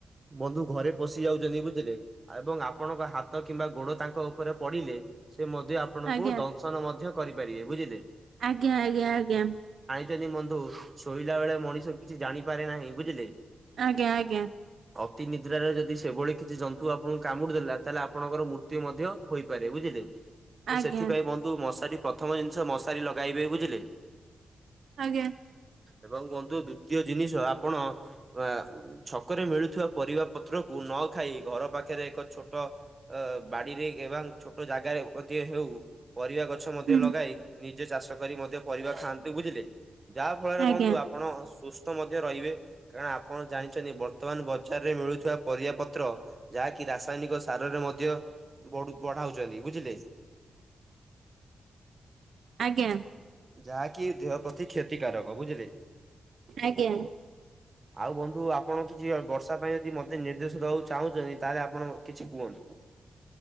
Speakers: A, on the right; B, on the right.
A: ବନ୍ଧୁ ଘରେ ପଶି ଯାଉଚନ୍ତି ବୁଝିଲେ ଏବଂ ଆପଣଙ୍କ ହାତ କିମ୍ବା ଗୋଡ ତାଙ୍କ ଉପରେ ପଡିଲେ ସେ ମଧ୍ୟ ଆପଣଙ୍କୁ
B: ଆଜ୍ଞା
A: ଦଂଶନ ମଧ୍ୟ କରିପାରିବେ ବୁଝିଲେ।
B: ଆଜ୍ଞା ଆଜ୍ଞା ଆଜ୍ଞା।
A: ଯଦି ବନ୍ଧୁ ଶୋଇଲା ବେଳେ ମଣିଷ କିଛି ଜାଣିପାରେ ନାହିଁ ବୁଝିଲେ
B: ଆଜ୍ଞା ଆଜ୍ଞା।
A: ତି ନିଦ୍ରାରେ ଯଦି ସେଭଳି କିଛି ଜନ୍ତୁ ଆପଣଙ୍କୁ କାମୁଡି ଦେଲା ତାହେଲେ ଆପଣଙ୍କର ମୃତ୍ୟୁ ମଧ୍ୟ ହୋଇପାରେ ବୁଝିଲେ। ତ
B: ଆଜ୍ଞା ଆଜ୍ଞା
A: ସେଥିପାଇଁ ବନ୍ଧୁ ମଶାରୀ ପ୍ରଥମ ଜିନିଷ ମଶାରୀ ଲଗେଇବେ ବୁଝିଲେ
B: ଆଜ୍ଞା।
A: ଏବଂ ବନ୍ଧୁ ଦ୍ଵିତୀୟ ଜିନିଷ ଆପଣ ଆ ଛକରେ ମିଳୁଥିବା ପରିବା ପତ୍ରକୁ ନ ନଖାଇ ଘର ପାଖରେ ଏକ ଛୋଟ ଅ ବାଡିରେ ଏବାଂ ଛୋଟ ଜାଗାରେ ମଧ୍ୟ ହେଉ ପରିବା ଗଛ ମଧ୍ୟ
B: ହୁଁ
A: ଲଗାଇ ନିଜେ ଚାଷ କରି ମଧ୍ୟ ପରିବା ଖାଆନ୍ତୁ ବୁଝିଲେ ଯାହା ଫଳରେ
B: ଆଜ୍ଞା
A: ବନ୍ଧୁ ଆପଣ ସୁସ୍ଥ ମଧ୍ୟ ରହିବେ। କାରଣ ଆପଣ ଜାଣି ଛନ୍ତି ବର୍ତ୍ତମାନ ବଜାରରେ ମିଳୁଥିବା ପରିବା ପତ୍ର ଯାହାକି ରାସାୟନିକ ସାରରେ ମ ଧ୍ୟ ବଢୁ ବଢାଉଚନ୍ତି ବୁଝିଲେ?
B: ଆଜ୍ଞା।
A: ଯାହାକି ଦେହ ପ୍ରତି କ୍ଷତିକାରକ ବୁଝିଲେ?
B: ଆଜ୍ଞା।
A: ଆଉ ବନ୍ଧୁ ଆପଣ କିଛି ବର୍ଷା ପାଇଁ ଯଦି ମତେ ନିର୍ଦ୍ଦେଶ ଦେବାକୁ ଚାହୁଁଚନ୍ତି ତାହେଲେ ଆପଣ କିଛି କୁହନ୍ତୁ।